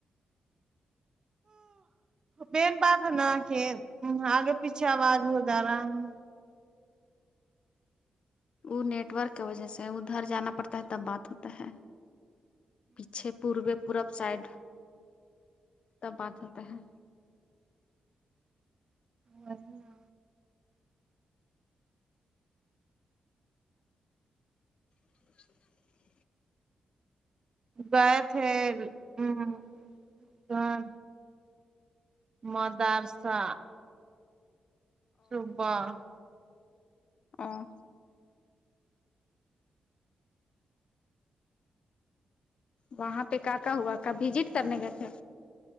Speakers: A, on the right; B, on the left.
A: پین بات ہے نا کہ آگے پیچھے آواز ہو جا رہا ہے
B: وہ نیٹ ورک کی وجہ سے ادھر جانا پڑتا ہے تب بات ہوتا ہے پیچھے پوربے پورب سائڈ تب بات ہوتا ہے
A: وہی نا
B: <inaudible>
A: گئے تھے ہوں گھر مدرسہ صبح
B: اوں وہاں پہ کا کا ہوا ک وزٹ کرنے گئے تھے